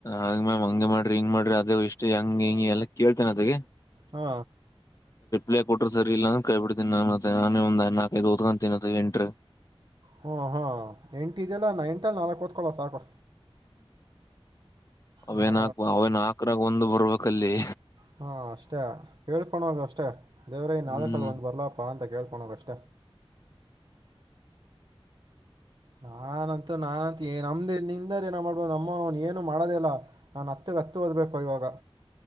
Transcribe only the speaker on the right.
ಹಾ
ಹ್ಮ ಹಾ ಎಂಟ್ಯಲ್ಲ ನಾ ಎಂಟಲ್ಲಿ ನಾಲ್ಕು ತ್ಕೊೊಳ್ಳ ಸಾಕು
ಹಾಂ
ಹಾ ಅಷ್ಟೇ ಕೇಳ್ಕೊಳ ಹೋಗ ಅಷ್ಟೇ ದೇವ್ರೈ ನಾಲ್ಕಲ್ಲಿ
ಒಂದ್ ಬರ್ಲಪ್ಪಾ ಅಂತ ಕೇಳ್ಕೊಳೋಗಷ್ಟೆ ನಾ ಂತ ನಾನ ನಮ್ದ ನಿಂದ ಏನ ಮಾಡ್ಬ ಅಮ್ಮ ಏನು ಮಾಡೋದಿಲ್ಲಲ್ಲ ನಾನ್ ಹತ್ತಗ್ ಹತ್ತು ಓದ್ಬೇಕುಯವ ಕೋಗ